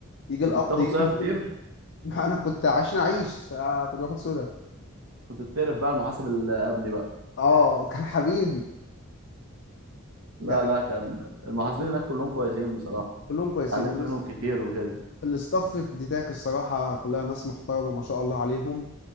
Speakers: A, on the left (about 55°); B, on the right (about 70°).
A: يجي
B: كنت
A: القبض
B: بتاخد صيف
A: ينزل
B: كتير
A: <laughs> انا كنت عشان اعيش آه، كنت باخد سودا
B: كنت بتعرف بقى المحاسب اللي قبلي بقى
A: اه كان حبيبي
B: لا
A: كان ح-
B: لا كان المحاسبين هناك كلهم كويسين بصراحة
A: كلهم كويسين
B: اتعلمت
A: الاس-
B: منهم كتير وكده
A: الاستاف في ديتاك الصراحه كلها ناس محترمه ما شاء الله عليهم